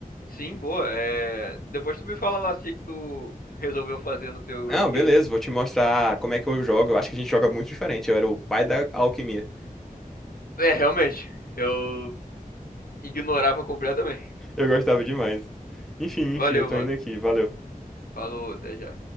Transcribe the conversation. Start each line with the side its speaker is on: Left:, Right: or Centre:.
Left: Sim, boa. É... Depois tu me fala lá o que que tu resolveu fazer no teu
Centre: Não,
Left: endgame.
Centre: beleza, vou te mostrar como é que eu jogo. Eu acho que a gente joga muito diferente. Eu era o pai da alquimia.
Left: É, realmente, eu ignorava completamente.
Centre: Eu gostava demais. Enfim,
Left: Valeu,
Centre: enfim, eu tô
Left: mano.
Centre: indo aqui. Valeu.
Left: Falou, até já.